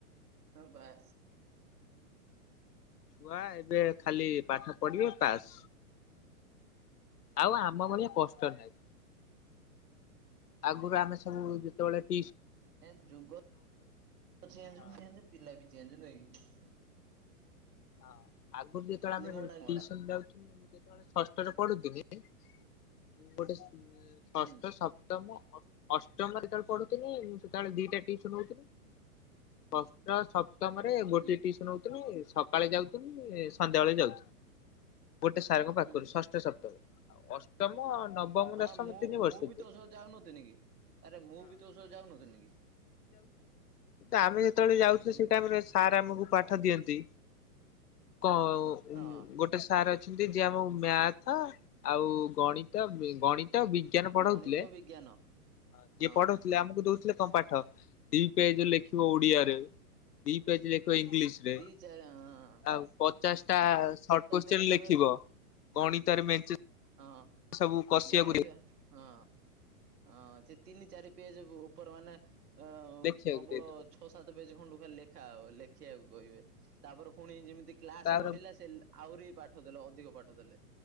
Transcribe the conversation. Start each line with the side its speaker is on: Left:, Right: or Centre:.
Right: ହଁ ବାସ୍
Left: ଛୁଆ ଏବେ ଖାଲି ପାଠ ପଢିବେ ପାସ୍। ଆଉ ଆମ ଭଳିଆ କଷ୍ଟ ନହିଁ। ଆଗରୁ ଆମେ ସବୁ ଯେତେବେଳେ ଟି୍
Right: ଏ ଯୁଗ ଚେଞ୍ଜକୁ
Left: ହଁ
Right: ସେମିତି ପିଲା ବି ଚେଞ୍ଜ ନୁହେଁ କି?
Left: ହଁ ଆଗରୁ ଯେତେବେଳେ
Right: ଖାଲି
Left: ଆମେଟିସନ୍
Right: ମୋଡା ମୋଡା।
Left: ଯାଉଥୁଲୁ। ଯେତେବେଳେ ଷଷ୍ଠରେ ପଢୁଥିଲି ଗୋଟେ ଷଷ୍ଠ
Right: ହୁଁ
Left: ସପ୍ତମ ଅ ଅଷ୍ଟମରେ ଯେତେବେଳେ ପଢୁଥିଲି ମୁଁ ସେତେବେଳେ ଦିଇଟା ଟିଉସନ୍ ହଉଥିଲି ଷଷ୍ଟ ସ ସପ୍ତମ ରେ ଗୋଟେଏ
Right: ହୁଁ
Left: ଟିଉସନ୍ ହଉଥିଲି ସକାଳେ ଯାଉଥିନି ସନ୍ଧ୍ୟାବେେଳେ ଯାଉଥିନି। ଗୋଟେ ସାରଙ୍କ ପାଖରୁ
Right: ହୁଁ
Left: ଷଷ୍ଠ ସପ୍ତମରେ ଅଷ୍ଟମ ନବମ
Right: ହଁ
Left: ଦଶମ
Right: ମୁଁ
Left: ତିନି ବର୍ଷ
Right: ମୁଁ
Left: ହଁ
Right: ବି ତୋ ସହ ଯାଉନଥିନି କି? ଆରେ ମୁଁ ବି ତୋ ସହ ଯାଉନଥିନି କି?
Left: କି ଆମେ ଯେତେବେଳେ ଯାଉଥିଲେ
Right: ହୁଁ
Left: ସେଇଟାଇମରେ ସାର୍ ଆମକୁ ପାଠ ଦିଅନ୍ତି। କଣ ଓ
Right: ହଁ
Left: ଗୋଟେ ସାର ରେ ଅଛନ୍ତି ଯିଏ ଆମକୁ ମ୍ୟାଥ ଆଉ ଗଣିତ ଗଣିତ ବିଗ୍ ବିଞାନ ପଢଉଥିଲେ
Right: ଗଣିତ
Left: ଜିଏ
Right: ବିଜ୍ଞାନ ହଁ
Left: ପଢଉଥିଲେ ଆମକୁ ଦଉଥିଲେ କଣ ପାଠ ଦିଇ ପେଜେ ଲେଖିବ ଓଡିଆରେ
Right: ହଁ
Left: ଦିଇ ପେଜ ଲେଖ ଇଂଲିଶରେ।
Right: ଚାଏ ହଁଅଁ
Left: ଆଉ ପଚାଶଟା ସଟ୍ କୋଶ୍ଚିନ୍
Right: ଦେଇଦେବେ
Left: ଲେଖିବ ଗଣିତରେ ମେଞ୍ଚେ
Right: ହଁ
Left: ସବୁ କଷିବାକୁ
Right: ଗଣିତ ହଁ। ହଁ ସିଏ ତିନି ଚାରି ପେଜେକୁ ଉପର ମାନେ ଅ
Left: ଲେଖିବାକୁ
Right: ପ୍ରବଳ
Left: ଦେଇଦେବେ
Right: ଛଅ ସାତ ପେଜ ଖଣ୍ଡୁ ଖାଲି ଲେଖା ହବ ଲେଖିବାକୁ କହିବେ ତାପରେ ଫୁଣି ଯେମିତି କ୍ଲାସ
Left: ତାର
Right: ବଢିଲା ସେ ଲେ ଆହୁରି ପାଠ ଦେଲେ ଅଧିକ ପାଠ ଦେଲେ।